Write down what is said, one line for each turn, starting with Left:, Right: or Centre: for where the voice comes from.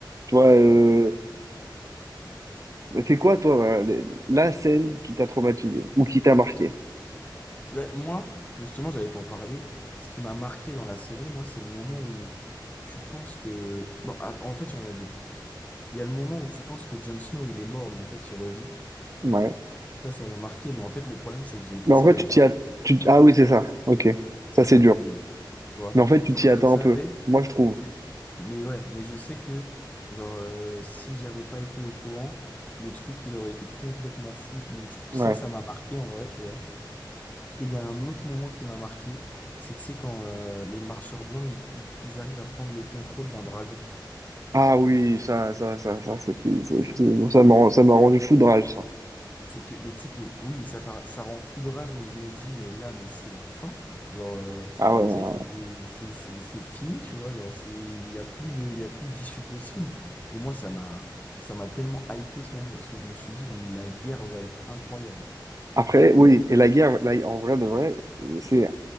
Right: Tu vois, euh,
Left: ouais.
Right: c'est quoi, toi, voilà, les- la scène qui t'a traumatisé ou qui t'a marqué?
Left: Ouais, moi, justement, j'allais t'en parler. Ce qui m'a marqué dans la série, moi, c'est le moment où tu penses que. Bon, ah, en fait, il y en a deux. Il y a le moment où tu penses que Jon Snow, il est mort, mais en fait, il revit.
Right: Ouais.
Left: Ça, ça m'a marqué, mais en fait, le problème, c'est que j'ai été
Right: Mais en
Left: spoilé.
Right: fait, tu t'y as, tu- ah oui, c'est ça. Ok.
Left: C'est
Right: Ça, c'est
Left: ça
Right: dur.
Left: le problème. Tu vois?
Right: Mais en fait, tu
Left: Genre,
Right: t'y attends
Left: je savais,
Right: un peu. Moi, je trouve.
Left: mais mais ouais, mais je sais que, genre, euh, si j'avais pas été au courant, le truc, il aurait été complètement fou. Donc, je-
Right: Ouais.
Left: ça, ça m'a marqué en vrai, tu vois? Et il y a un autre moment qui m'a marqué, c'est, tu sais, quand euh, les marcheurs blancs, ils, ils- ils arrivent à prendre le contrôle d'un dragon.
Right: Ah oui, ça, ça, ça, ça, c'était, c'est- c'est- ça m'a, ça m'a rendu fou de rage, ça.
Left: C'est que, mais tu sais que, oui, ça, t'a- ça rend fou de rage, mais je me dis, mais là, mais c'est la fin. Genre, euh,
Right: Ah ouais.
Left: ça y est, c'est c'est- c'est- c'est fini, tu vois. Genre, c'est, il y a plus de, il y a plus d'issue possible. Et moi, ça m'a, ça m'a tellement hypé ce moment, parce que je me suis dit, la guerre va être incroyable.
Right: Après, oui, et la guerre, la- en vrai de vrai, c'est